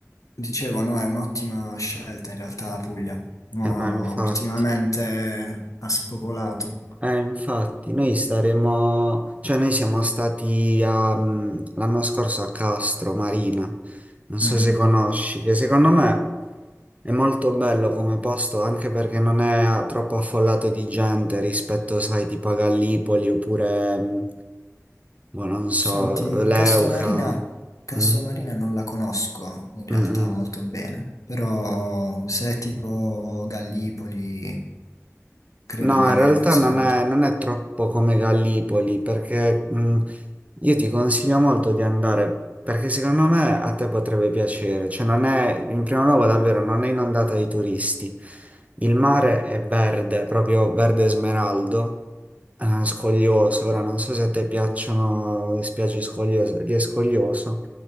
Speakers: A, on the left; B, on the right.
A: dicevo, no, è un'ottima scelta in realtà la Puglia. Mo
B: Eh, no, infatti.
A: ultimamente ha spopolato.
B: Eh, infatti, noi staremo... Cioè, noi siamo stati a, mm, l'anno scorso a Castro Marina. Non
A: Mhm.
B: so se conosci, che secondo me è molto bello come posto, anche perché non è a- troppo affollato di gente rispetto, sai, tipo a Gallipoli oppure... mm, boh, non so,
A: Senti,
B: Leuca.
A: Castromarina, Castromarina
B: Mm?
A: non la conosco in realtà
B: Mm-mm.
A: molto bene, però se è tipo Gallipoli, credo
B: No,
A: di
B: in
A: avere
B: realtà
A: presente.
B: non è, non è troppo come Gallipoli, perché mh, io ti consiglio molto di andare, perché secondo me a te potrebbe piacere. Cioè, non è, in primo luogo, davvero, non è inondata di turisti. Il mare è verde, proprio verde smeraldo, eh, scoglioso. Ora non so se a te piacciono le spiagge scogliose, lì è scoglioso.